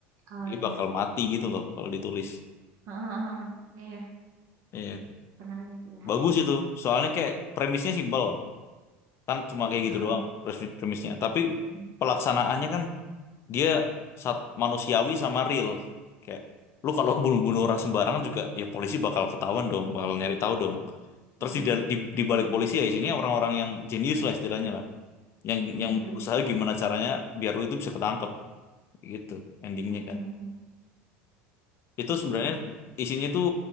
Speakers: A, on the right; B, on the left.
A: Oh
B: dia
A: ya.
B: bakal mati gitu loh kalau ditulis.
A: Heeh heeh heeh. Iya iya,
B: Iya.
A: pernah lihat ya
B: Bagus itu. Soalnya kayak premisnya simpel. Kan cuma kayak gitu
A: heeh,
B: doang premis- premisnya. Tapi
A: mhm,
B: pelaksanaannya kan dia saat manusiawi sama real. Kayak lu kalau bunuh-bunuh orang sembarangan juga ya polisi bakal ketahuan dong, bakal nyari tahu dong. Terus
A: mhm,
B: di, dal- di,
A: mhm,
B: di balik polisi ya isinya orang-orang yang jenius lah istilahnya lah. Yang
A: mhm
B: yang
A: mhm,
B: berusaha gimana caranya biar lu itu bisa ketangkep gitu endingnya
A: mmm, mhm
B: kan.
A: mhm,
B: Itu
A: oke
B: sebenarnya
A: oke.
B: isinya tuh